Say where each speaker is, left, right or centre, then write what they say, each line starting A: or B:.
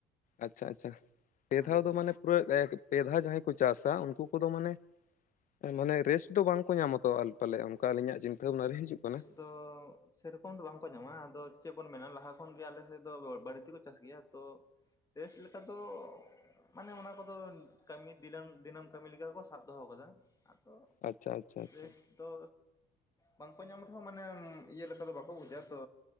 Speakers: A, on the left; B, on the left.
A: ᱟᱪᱪᱷᱟ ᱟᱪᱪᱷᱟ ᱱᱤᱭᱟ. ᱫᱷᱟᱣ
B: ᱟᱪᱪᱷᱟ
A: ᱫᱚ ᱢᱟᱱᱮ ᱯᱩᱨᱟᱹ ᱯᱮ ᱫᱷᱟᱣ ᱡᱟᱦᱟᱸᱭ ᱠᱚ ᱪᱟᱥᱟ ᱩᱱᱠᱩ ᱠᱚᱫᱚ ᱢᱟᱱᱮ ᱢᱟᱱᱮ ᱨᱮᱥᱴ ᱫᱚ ᱵᱟᱝ ᱠᱚ ᱧᱟᱢᱟ ᱛᱚ ᱟᱨ ᱯᱟᱞᱮᱫ ᱚᱱᱠᱟ ᱟᱹᱞᱤᱧᱟᱜ ᱪᱤᱱᱛᱟᱹ ᱵᱷᱟᱵᱱᱟ ᱨᱮ ᱨᱮ ᱦᱤᱡᱩᱜ ᱠᱟᱱᱟ ᱾
B: ᱛᱚ ᱥᱮᱨᱚᱠᱚᱢ ᱫᱚ ᱵᱟᱝᱠᱚ ᱧᱟᱢᱟ ᱟᱫᱚ ᱪᱮᱫ ᱵᱚᱱ ᱢᱮᱱᱟ ᱞᱟᱦᱟ ᱠᱷᱚᱱᱜᱮ ᱟᱞᱮ ᱥᱮᱫ ᱫᱚ ᱵᱟᱹᱲᱛᱤᱠᱚ ᱪᱟᱥ ᱜᱮᱭᱟ ᱛᱚ ᱨᱮᱥᱴ ᱞᱮᱠᱟ ᱫᱚ ᱢᱟᱱᱮ ᱚᱱᱟ ᱠᱚᱫᱚ ᱠᱟᱹᱢᱤ ᱫᱤᱱᱟᱹᱢ ᱫᱤᱱᱟᱹᱢ ᱠᱟᱹᱢᱤ ᱞᱮᱠᱟ ᱜᱮᱠᱚ ᱥᱟᱵ ᱫᱚᱦᱚ ᱠᱟᱫᱟ ᱾ ᱟᱫᱚ
A: ᱟᱪᱪᱷᱟ ᱟᱪᱪᱷᱟ ᱟᱪᱪᱷᱟ
B: ᱨᱮᱥᱴ ᱫᱚ ᱵᱟᱝᱠᱚ ᱧᱟᱢ ᱨᱮᱦᱚᱸ ᱢᱟᱱᱮ ᱤᱭᱟᱹ ᱞᱮᱠᱟ ᱫᱚ ᱵᱟᱠᱚ ᱵᱩᱡᱟ ᱛᱚ